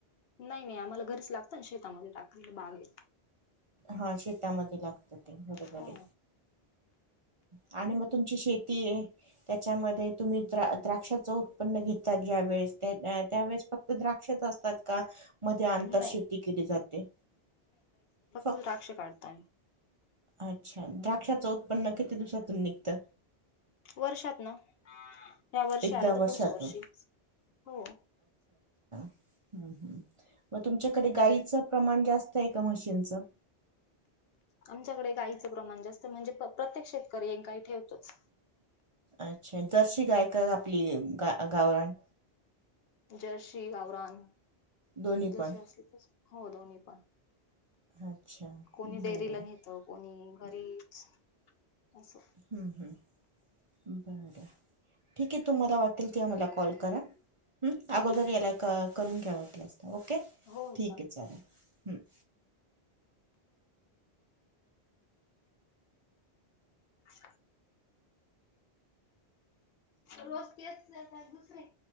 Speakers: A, on the left; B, on the right.
A: नाही-नाही आम्हाला घरीच लागत शेतामध्येच टाकायला बागेत
B: हा शेतामध्ये लागत बरोबर
A: हो.
B: हे आणि तुम्ही तुमची शेती आहे. त्याच्या मध्ये तुम्ही द्रा- द्राक्षाचे उत्पन्न घेता त्यावेळेस फक्त द्राक्ष च असतात मध्ये आंतर
A: नाही
B: शेती केली जाते फक्
A: तु राक्ष काढताय
B: अच्छा द्राक्षाच उत्पन्न किती दिवसातु निघत
A: वर्षात न! या्या वर्षी
B: एकदा
A: आलं तर
B: वर्षातून
A: पुढच्या वर्षी हो
B: ह् ह म तुमच्याकडे गाईचं प्रमाण जास्त आहे का म्हशींच <inaudible>
A: आमच्याकडे गाईचं प्रमाण जास्त म्हणजे, पण प्रत्येक शेतकरी एक गाय ठेवतोच
B: अच्छा जर्शी गाय का आपली गा-गावराण.
A: जर्शी-गवरान,
B: दोन्ही
A: जशी
B: पण
A: असली तर हो दोन्ही पण
B: अच्छा
A: कोणी
B: बरं
A: डेअरीला
B: आहे.
A: नेत कोणी घरीच अस
B: हम्म-हम् बरं, ठीक ए तुम्हाला वाटेल तेव्हा मला कॉल करा अम
A: ठीक
B: अगोदर
A: आहे ठीक
B: याला
A: आहे
B: अक करून घ्या वाटलं, ओके
A: हो हो
B: ठीक ए चालेल हम्.
A: <inaudible> रोज तेच ए कि दुसरे